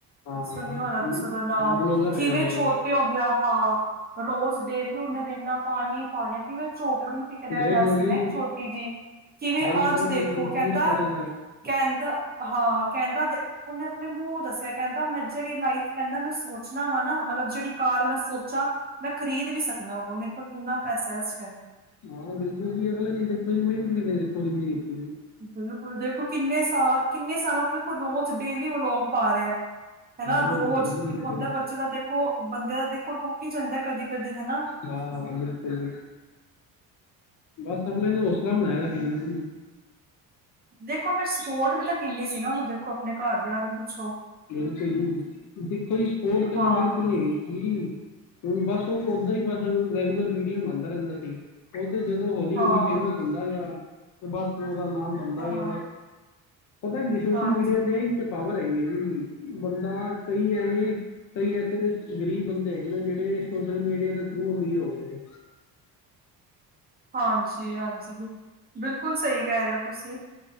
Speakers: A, on the left (about 55°); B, on the right (about 25°).
A: ਹਾਂ
B: ਸੁਣਿਆ ਹੋਣਾ ਤੁਸੀਂ ਉਹਦਾ ਨਾਮ,
A: ਹਾਂ ਬਲੋਗਰ ਹੈਗਾ
B: ਕਿਵੇਂ
A: ਬਲੋਗਰ
B: ਛੋਟੇ ਹੁੰਦਿਆ ਹਾਂ ਰੋਜ਼ ਡੇਲੀ ਉਨੇ ਦੇਖਣਾ, ਪਾਣੀ ਪਾਣਾ ਕਿਵੇਂ ਝੋਪੜੀ ਤੇ ਰਹਿੰਦ
A: ਦੇਖ
B: ਵੈਸੇ
A: ਲੋ ਜੀ
B: ਮੈ ਛੋਟੀ ਜਿਹੀ, ਜਿਵੇਂ
A: ਦੇਖ
B: ਆਜ
A: ਲੋ ਅਗਲੇ
B: ਦੇਖੋ
A: ਦੀ
B: ਕਹਿੰਦਾ
A: ਕਿੰਨੀ ਸਟਰਗਲ ਲਾਈ
B: ਕਹਿੰਦਾ ਹਾਂ, ਕਹਿੰਦਾ ਤੇ ਉਹਨੇ ਆਪਣੇ ਮੂੰਹੋਂ ਦੱਸਿਆ, ਕਹਿੰਦਾ ਮੈਂ ਜਿਹੜੀ ਲਾਈਫ ਕਹਿੰਦਾ ਮੈਂ ਸੋਚਣਾ ਵਾ, ਨਾ ਮਤਲਬ ਜਿਹੜੀ ਕਾਰ ਮੈਂ ਸੋਚਾਂ ਮੈਂ ਖਰੀਦ ਵੀ ਸਕਣਾ, ਉਹ ਮੇਰੇ ਕੋਲ ਇੰਨਾ ਪੈਸਾ ਇਸ ਟਾਈਮ
A: ਹਾਂ ਬਿਲਕੁਲ ਜੀ, ਅਗਲੇ ਦੀ ਦੇਖੋ ਜੀ ਮਿਹਨਤ ਵੀ ਦੇਖੋ, ਕਿੰਨੀ ਕੀਤੀ ਐ ਨਾ
B: ਬਿਲਕੁਲ ਦੇਖੋ, ਕਿੰਨੇ ਸਾਲ- ਕਿੰਨੇ ਸਾਲ ਦੇਖੋ ਰੋਜ਼ ਡੇਲੀ, ਵਲੋਂਗ ਪਾ ਰਿਹਾ ਹਨਾ
A: ਹਾਂ
B: ਰੋਜ਼,
A: ਬਿਲਕੁਲ ਜੀ ਬਿਲਕੁਲ
B: ਦੇਖੋ ਹੁੰਦਾ ਬੱਚੇ ਦਾ ਦੇਖੋ, ਬੰਦੇ ਦਾ ਦੇਖੋ ਟੁੱਟ ਹੀ, ਜਾਂਦਾ ਕਦੀ-ਕਦੀ ਹਨਾ
A: ਹਾਂ ਬਿਲਕੁਲ -ਬਿਲਕੁਲ ਬਸ, ਅਗਲੇ ਨੇ ਹੌਸਲਾ ਬਣਾਇਆ ਹੋਇਆ ਨਾ ਸੀ
B: ਦੇਖੋ ਫਿਰ, ਸਪੋਰਟ ਵੀ ਤਾਂ ਕਿੰਨੀ ਸੀ, ਨਾ ਉਹਨੂੰ ਦੇਖੋ ਆਪਣੇ ਘਰਦਿਆਂ ਦੀ ਪਿੱਛੋ
A: ਬਿਲਕੁਲ ਜੀ ਦੇਖੋ ਜੀ, ਸਪੋਟ ਤੇ
B: ਹਾਂ।
A: ਉਹਨੂੰ ਬਿਲਕੁਲ ਨਹੀਂ ਸੀ, ਬਸ ਉਹ ਓਦਾਂ ਹੀ, ਬਸ ਉਹ ਰੈਗੂਲਰ, ਵੀਡੀਓ ਬਣਾਂਦਾ ਰਹਿੰਦਾ ਸੀ ਏ ਤੇ ਜਦੋਂ ਹੌਲੀ-
B: ਹਾਂ,
A: ਹੌਲੀ ਫੇਮਸ ਹੁੰਦਾ ਗਿਆ, ਤੇ ਬਸ ਉਹਦਾ ਨਾਮ ਬਣਦਾ
B: ਹਾਂ,
A: ਗਿਆ ਪਤਾ ਕੀ, ਸੋਸ਼ਲ
B: ਹਾਂਜੀ,
A: ਮੀਡੀਆ ਤੇ, ਇਹ ਤੇ ਪਾਵਰ ਹੈਗੀ ਐ ਜੀ, ਬੰਦਾ ਕਈ ਐਵੇਂ ਕਈ ਐਸੇ ਗ਼ਰੀਬ ਬੰਦੇ ਹੈਗੇ ਨੇ, ਜਿਹੜੇ ਸੋਸ਼ਲ ਮੀਡੀਆ ਦੇ ਥਰੂ, ਅਮੀਰ ਹੋ ਗਏ ਨੇ
B: ਹਾਂਜੀ, - ਹਾਂਜੀ ਬਿਲ ਬਿਲਕੁਲ ਸਹੀ, ਕਹਿ ਰਹੇ ਹੋ ਤੁਸੀਂ